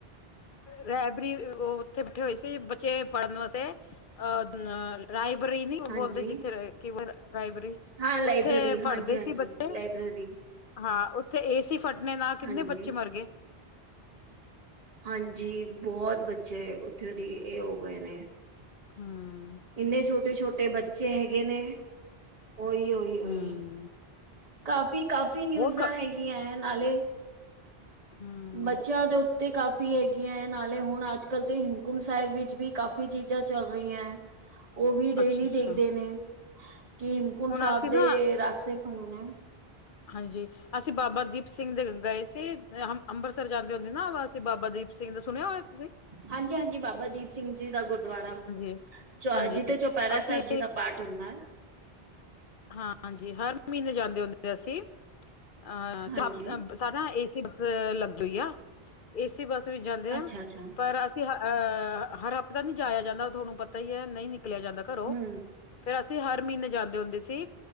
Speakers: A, on the left; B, on the right.
A: ਰਹਿਬਰੀ ਉਹ ਉੱਥੇ ਬੈਠੇ ਹੋਏ ਸੀ ਬੱਚੇ ਪੜ੍ਹਨ ਵਾਸਤੇ ਅਹ ਰਾਇਬ੍ਰੇਰੀ ਨੀ
B: ਹਾਂਜੀ
A: ਬੋਲਦੇ ਜਿੱਥੇ ਕਿ ਰਾਇਬ੍ਰੇਰੀ
B: ਹਾਂ ਲਾਇਬ੍ਰੇਰੀ
A: ਉੱਥੇ
B: ਹਾਂਜੀ
A: ਪੜ੍ਹਦੇ
B: ਹਾਂਜੀ
A: ਸੀ ਬੱਚੇ
B: ਲਾਇਬ੍ਰੇਰੀ
A: ਹਾਂ ਉੱਥੇ ਏਸੀ ਫੱਟਨੇ ਨਾਲ ਕਿੰਨੇ
B: ਹਾਂਜੀ
A: ਬੱਚੇ ਮਰ ਗਏ
B: ਹਾਂਜੀ ਬਹੁਤ ਬੱਚੇ ਉੱਥੌ ਦੀ ਇਹ ਹੋ ਗਏ ਨੇ
A: ਹਾਂ
B: ਇੰਨੇ ਛੋਟੇ ਛੋਟੇ ਬੱਚੇ ਹੈਗੇ ਨੇ ਓਹੀ ਓਹੀ ਓਹੀ
A: ਹਮ
B: ਕਾਫੀ ਕਾਫੀ ਨਿਊਜਾਂ
A: ਬਹੁਤ
B: ਹੈਗੀਆਂ ਏ ਨਾਲੇ
A: ਹਮ
B: ਬੱਚਿਆਂ ਦੇ ਉੱਤੇ ਕਾਫ਼ੀ ਹੈਗੀਆਂ ਏ ਨਾਲੇ ਹੁਣ ਅੱਜ ਕੱਲ੍ਹ ਤੇ ਹਿਮਕੁੰਟ ਸਾਹਿਬ ਵਿੱਚ ਵੀ ਕਾਫੀ ਚੀਜ਼ਾਂ ਚੱਲ ਰਹੀਆ ਉਹ ਵੀ ਡੇਲੀ
A: ਅੱਛਾ ਅੱਛਾ
B: ਦੇਖਦੇ ਨੇ ਕਿ ਹਿਮਕੁੰਟ
A: ਹੁਣ
B: ਸਾਹਿਬ
A: ਅਸੀਂ
B: ਦੇ
A: ਨਾ
B: ਰਾਸਤੇ ਖੁੱਲ ਨੇ
A: ਹਾਂਜੀ ਅਸੀਂ ਬਾਬਾ ਦੀਪ ਸਿੰਘ ਦੇ ਗਏ ਸੀ ਹਮ ਅੰਬਰਸਰ ਜਾਂਦੇ ਹੁੰਦੇ ਨਾ ਬਾਬਾ ਦੀਪ ਸਿੰਘ ਦਾ ਸੁਣਿਆ ਹੋਇਆ ਤੁਸੀਂ
B: ਹਾਂਜੀ-ਹਾਂਜੀ ਬਾਬਾ ਦੀਪ ਸਿੰਘ ਜੀ ਦਾ ਗੁਰ ਦੁਆਰਾ
A: ਹਾਂਜੀ
B: ਚ
A: ਹਾਂਜੀ
B: ਜਿੱਥੇ ਚੌਪਹਿਰਾ
A: ਅਸੀਂ
B: ਸਾਹਿਬ ਜੀ ਦਾ ਪਾਠ ਹੁੰਦਾ ਏ
A: ਹਾਂ ਹਾਂਜੀ ਹਰ ਮਹੀਨੇ ਜਾਂਦੇ ਹੁੰਦੇ ਅਸੀ ਅਹ
B: ਹਾਂਜੀ
A: ਚਪ ਸਾਰਾ ਏਸੀ ਬੱਸ ਲੱਗ ਗਈ ਆ ਏਸੀ ਬੱਸ ਵੀ ਜਾਂਦੇ ਆ,
B: ਅੱਛਾ ਅੱਛਾ
A: ਪਰ ਅਸੀ ਅਹ ਹਰ ਹਫਤੇ ਨਹੀਂ ਜਾਇਆ ਜਾਂਦਾ ਤੁਹਾਨੂੰ ਪਤਾ ਈ ਏ ਨਹੀਂ ਨਿਕਲਿਆ ਜਾਂਦਾ ਘਰੋਂ
B: ਹਮ
A: ਫੇਰ ਅਸੀਂ ਹਰ ਮਹੀਨੇ ਜਾਂਦੇ ਹੁੰਦੇ ਸੀ